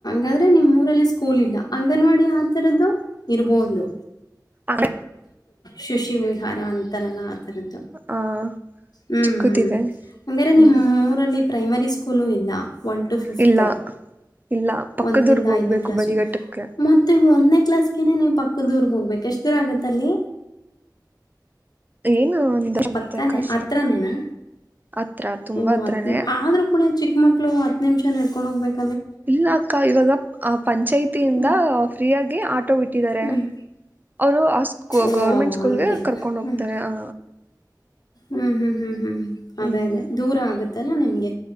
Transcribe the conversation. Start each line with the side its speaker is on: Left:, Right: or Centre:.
Left: ಹಾದ್ರೆ ನಿಮ್ಮ್ರಲ್ಲಿ ಸ್ಕೂಲ್ ಇಲ್ಲ ಅಂಗನವಾಡಿ. ಆ ಥರದ್ದು ಇರ್ಬಹುದು.
Right: ಆಗ
Left: ಶುಶಿ ವಿಹಾರ. ಲ್ಲ ಆರದ್ದ
Right: ಆ
Left: ಹ ಹ
Right: ಚಿಕ್ಕದಿದೆ ಹ್ಮ್
Left: ನಿಮ್ಮರಲ್ಲಿ. Primary school. ಸ್ಕೂಲ್ ಇಲ್ಲ. ಒನ್ ಟು ಫಿಫ್ತ್
Right: ಇಲ್ಲ ಇಲ್ಲ ಪಕ್ಕದೂರ್ಗ್
Left: ಒಂದರಿಂದ
Right: ಹೋಗ್ಬೇಕು
Left: ಐದನೇ ಕ್ಲಾಸ್ು
Right: ಬಳಿಗಟ್ಟಕ್ಕೆ
Left: ಮತ್ತೆ ಒಂದನೇ ಕ್ಲಾಸ್ಗೆ ನೀವು ಪಕ್ಕದೂರ್ಗೆ ಹೋಗ್ಬೇಕುಷ್ಟ. ಇದರ ಆಗತ್ತಲ್ಲಿ.
Right: ಏನು ಒಂದ ಆಗುತ್ತೆ
Left: ಪಕ್ಕನೇ
Right: ಕಷ್ಟ
Left: ಹತ್ರನೇನಾ
Right: ಹತ್ರ ತುಂಬಾ
Left: ಓ
Right: ಹತ್ರನೇ
Left: ಹತ್ತು ಆದರೂ ಕೂಡ ಚಿಕ್ಕಮಕ್ಕಳು ಹತ್ತು ನಿಮಿಷ. ನಡ್ಕೊಂಡ ಹೋಗಬೇಕು.
Right: ಇಲ್ಲ ಅಕ್ಕ ಇವಾಗ ಪಂಚಾಯ್ತಿಯಿಂದ
Left: ಹ್ಞೂ
Right: ಫ್ರೀಯಾಗಿ ಆಟೋ ಬಿಟ್ಟಿದ್ದಾರೆ.
Left: ಹ್ಞೂ
Right: ಅವ್ರು ಆ ಸ್ಕೂ
Left: ಓ
Right: ಗವರ್ಮೆಂಟ್ ಸ್ಕೂಲ್ಗೆ
Left: ಹಂಗೆ
Right: ಕರ್ಕೊಂಡ್ ಹೋಗ್ತಾರೆ
Left: ಹ್ಞೂ
Right: ಆ.
Left: ಹ್ಮ್ ಹ್ಮ್ ಹ್ಮ್ ಹ್ಮ್. ಅದೇ
Right: ಹ್ಮ್
Left: ಅದೇ ದೂರ ಆಗುತ್ತೆ. ಇಲ್ಲಾ ನಿಮ್ಗೆ.